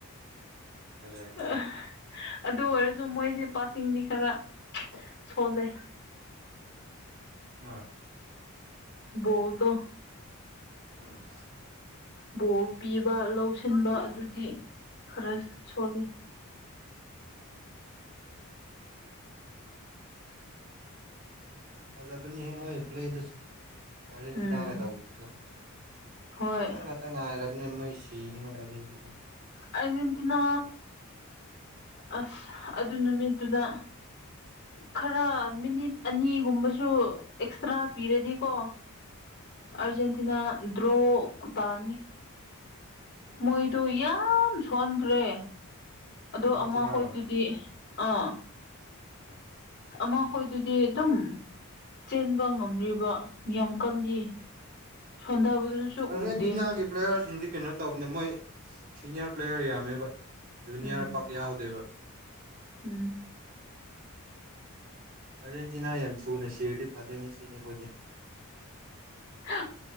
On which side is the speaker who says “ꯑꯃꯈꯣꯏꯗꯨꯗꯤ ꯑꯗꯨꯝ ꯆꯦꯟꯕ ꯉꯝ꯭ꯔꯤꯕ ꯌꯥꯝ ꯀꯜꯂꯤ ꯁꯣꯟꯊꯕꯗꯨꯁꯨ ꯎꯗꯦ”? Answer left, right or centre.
Left